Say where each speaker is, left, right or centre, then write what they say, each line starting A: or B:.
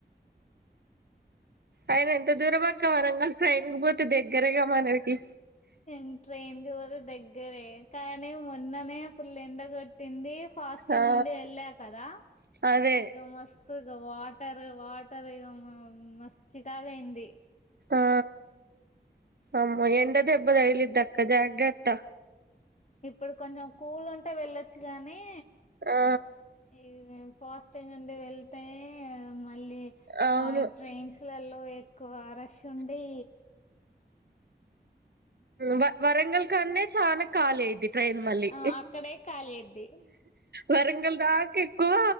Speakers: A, on the right (about 60°); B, on the left (about 40°).
A: అయన ఎంత దూరం అక్కా వరంగల్ ట్రైన్ కి పోతే దగ్గరే గా మనకి
B: ఏం టేన్ జోరు దగ్గరే కానీ మొన్ననే ఫుల్ ఎండ కొట్టి ట్టింది ఫాస్టింగ్
A: ఆ
B: ఉండి వెళ్ళ కదా
A: అదే
B: ఇక మస్తుగా వాటర్ వాటర్ ఇగ మస్తు చికాకు అయింది
A: ఆ అమ్మో ఎండ దెబ్బ తగిలిదిక్కా జాగ్రత్త
B: ఇప్పుడు కొంచెం కూల్ ఉంటే వెళ్ళొచ్చు గానీ
A: ఆ
B: ఏ ఫాస్టింగ్ ఉండి వెళ్తే ఏ మళ్ళీ
A: అవును
B: ఆ ట్రైన్స్ లలో ఎ కోవ రష్ ఉండి
A: వ వరంగల్ కాన్నే చాన ఖాళీ అయిద్ది ట్రెన్ మళ్ళి
B: ఆ అక్కడే కాలి అయిద్ది
A: వరంగల్ దాంక ఎక్కువ